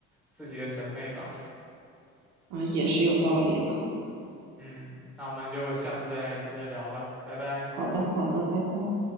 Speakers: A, in the centre; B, on the right.
A: 自己的审美吧。
B: 啊，也是有道理呢。
A: 嗯，那我们就下次再接着聊吧，拜拜。
B: 好的，好的，拜拜。